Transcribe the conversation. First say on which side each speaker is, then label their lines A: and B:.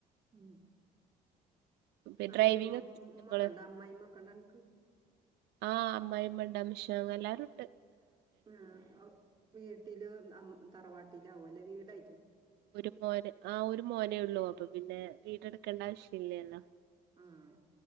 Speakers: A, on the right; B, on the right.
A: ഉം
B: പി
A: അന്റെ
B: ഡ്രൈവിംഗ്
A: ഉമ്മ
B: ഒക്കെ
A: ഉമ്മക്കണ്ടാ
B: ങ്ങള്
A: അമ്മ്മക്കണ്ടാ അൻക്ക്
B: ആഹ് അമ്മായിമ്മണ്ടമ്ഷ എല്ലാരുണ്ട്
A: ആഹ് അഹ് വീട്ടില് അം തറവാട്ടിലാവു അല്ലെ വീടാ
B: ഒരു മോന് ആഹ് ഒരു മോനേ ഉള്ളൂ അപ്പൊ പിന്നെ വീടെടുക്കേണ്ട ആവശ്യം ഇല്ലല്ലോ
A: ആഹ്